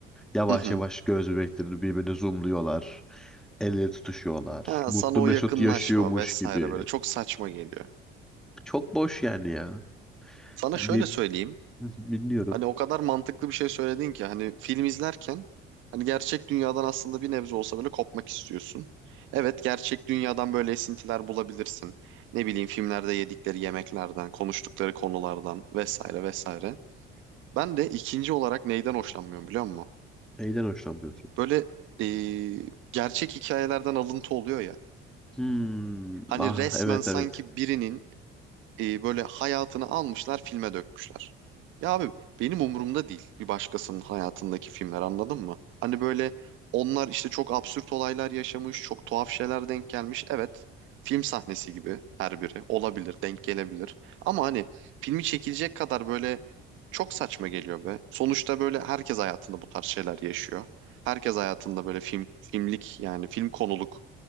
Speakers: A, in the centre; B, on the right.
A: Yavaş
B: Hı hı.
A: yavaş göz bebeklerini birbirine zoomluyorlar. El ele tutuşuyorlar.
B: Ha,
A: Mutlu
B: sana o
A: Mesut
B: yakınlaşma
A: yaşıyormuş
B: vesaire
A: gibi.
B: böyle çok saçma geliyor.
A: Çok boş yani ya.
B: Sana
A: Hani
B: şöyle söyleyeyim.
A: <laughs> bilmiyorum.
B: Hani o kadar mantıklı bir şey söyledin ki hani film izlerken hani gerçek dünyadan aslında bir nebze olsa böyle kopmak istiyorsun. Evet gerçek dünyadan böyle esintiler bulabilirsin. Ne bileyim filmlerde yedikleri yemeklerden, konuştukları konulardan vesaire vesaire. Ben de ikinci olarak neyden hoşlanmıyorum biliyor musun?
A: Neyden hoşlanmıyorsun?
B: Böyle eee, gerçek hikayelerden alıntı oluyor ya.
A: Hmm,
B: Hani
A: ah
B: resmen
A: evet
B: sanki
A: evet.
B: birinin e, böyle hayatını almışlar filme dökmüşler. Ya abi benim umurumda değil bir başkasının hayatındaki filmler anladın mı? Hani böyle onlar işte çok absürt olaylar yaşamış, çok tuhaf şeyler denk gelmiş. Evet film sahnesi gibi her biri olabilir, denk gelebilir. Ama hani filmi çekilecek kadar böyle çok saçma geliyor be. Sonuçta böyle herkes hayatında bu tarz şeyler yaşıyor. Herkes hayatında böyle film filmlik yani film konuluk